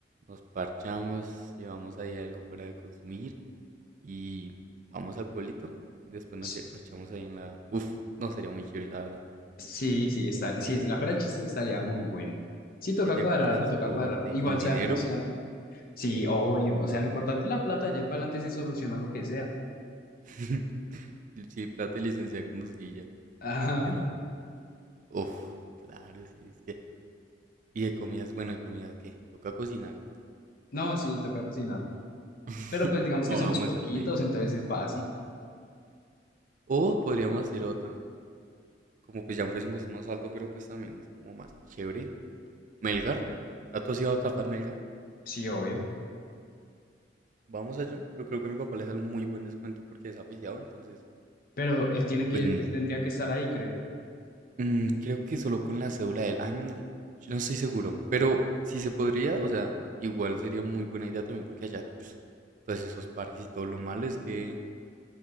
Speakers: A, on the right; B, on the left.
A: nos parchamos, llevamos ahí algo para consumir y vamos al pueblito. Y después nos
B: sí,
A: lle- parchamos ahí en la... Uf, no sería muy chévere, la verdad.
B: sí, sí, está, si es la fuera chiste estaría muy bueno. Sí,
A: Es
B: toca
A: que ya
B: cuadrarlo,
A: con transporte
B: toca cuadrarlo. Igual
A: y con dinero,
B: sea como sea. Sí, obvio. O sea, lo importante es la plata, ya para adelante se soluciona lo que sea.
A: <laughs> y sí, plata y licencia de conducir y ya,
B: <laughs> Ajá.
A: literal. Uf, claro, sí, es que... Y de comidas, bueno, de comida, ¿qué? Toca cocinar.
B: No, sí, toca cocinar.
A: <laughs>
B: Pero pues digamos
A: O
B: que somos
A: vamos
B: poquitos,
A: a pedir.
B: entonces es fácil.
A: O podríamos hacer otra como pues ya un presupuesto más alto, pero pues también es como más chévere. Melgar, ¿Ah, ¿tú has ido a Cafán Melgar?
B: Sí, obvio.
A: Vamos allá. Yo creo que a mi papá le sale un muy buen descuento porque es afiliado, entonces,
B: Pero él tiene que,
A: pues mm,
B: él tendría que estar ahí, creo.
A: mm, creo que solo con la cédula de él. Ah, no, yo no estoy seguro, pero si se podría, o sea, igual sería muy buena idea también porque allá, pues, todos esos parques y todo lo malo es que